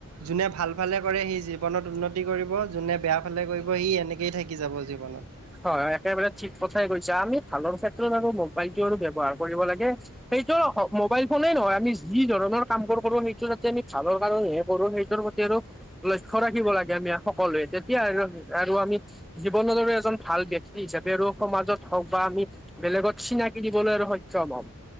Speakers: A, on the right (about 75°); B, in the centre.
A: যোনে ভাল ফালে কৰে সি জীৱনত উন্নতি কৰিব যোনে বেয়া ফালে কৰিব সি এনেকেই থাকি যাব জীৱনত।
B: হয় একেবাৰে ঠিক কথাই কৈছা আমি ভালৰ ক্ষেত্ৰত আৰু মোবাইলটো আৰু ব্যৱহাৰ কৰিব লাগে সেইটো মোবাইল ফোনেই নহয় আমি যি ধৰণৰ কামবোৰ কৰো সেইটো যাতে আমি ভালৰ কাৰনেহে কৰো সেই নিজৰ প্ৰতি আৰু লক্ষ্য ৰাখিব লাগে আমি সকলোৱে তেতিয়া আৰু -আৰু আমি জীৱনদৰে এজন ভাল ব্যক্তি হিচাপে আৰু সমাজত হওঁক বা আমি বেলেগত চিনাকি দিবলৈ আৰু সক্ষম হম।